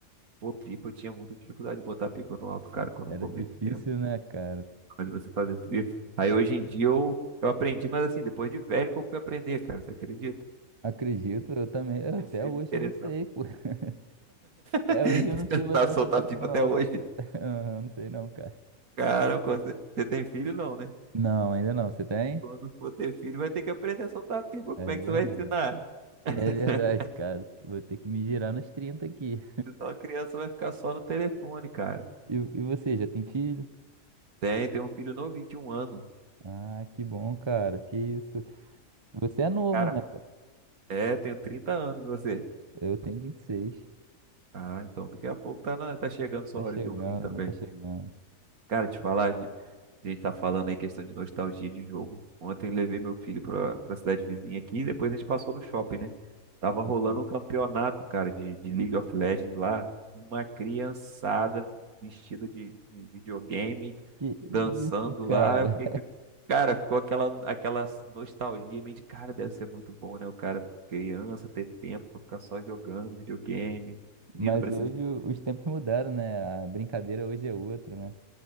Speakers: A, on the right; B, on the right.
A: Pô, pipa, eu tinha muita dificuldade de botar pipa no alto, cara,
B: <laughs>
A: quando
B: Era
A: eu comia
B: difícil,
A: peão.
B: né, cara?
A: Quando você fazia subir. Aí hoje em dia eu, eu aprendi, mas assim, depois de velho que eu fui aprender, cara, você acredita?
B: Acredito, eu também. eu-
A: Comecei
B: Até hoje
A: a me interessar.
B: eu não sei,
A: <laughs>
B: pô. <laughs> Até
A: Você
B: hoje eu não sei
A: não
B: botar
A: sabe
B: essa
A: soltar
B: pipa
A: pipa
B: no
A: até
B: alto.
A: hoje.
B: <laughs> Eu Não sei não, cara.
A: Caramba, quando você você tem filho, não, né?
B: Não, ainda não. Você tem?
A: Quando for ter filho, vai ter que aprender a soltar pipa.
B: É
A: Como é
B: verdade.
A: que você vai ensinar?
B: É
A: <laughs>
B: verdade, cara. Vou ter que me virar nos 30 aqui.
A: Senão a criança vai ficar só no telefone, cara.
B: E, e você, já tem filho?
A: Tem, tem um filho novo, 21 anos.
B: Ah, que bom, cara. Que isso. Você é novo,
A: Cara,
B: né?
A: é, tenho 30 anos você.
B: Eu tenho 26.
A: Ah, então daqui a pouco tá, na- tá chegando sua
B: Tá
A: hora
B: chegando,
A: de ter um filho também.
B: né? Tá chegando.
A: Cara, te falar, de- a gente tá falando aí questão de nostalgia de jogo. Ontem levei meu filho pra, pra cidade vizinha aqui e depois a gente passou no shopping, né? Tava rolando
B: Uhum.
A: um campeonato, cara, de, de League of Legends lá. Uma criançada vestida de, de videogame,
B: Que
A: dançando
B: isso, cara?
A: lá. Eu fiquei, que- cara, ficou aquela, aquela nostalgia em mim de, cara, deve ser muito bom, né? O cara, criança, ter tempo pra ficar só jogando videogame, vindo
B: Mas
A: pra
B: hoje
A: esse.
B: o- os tempos mudaram, né? A brincadeira hoje é outra, né?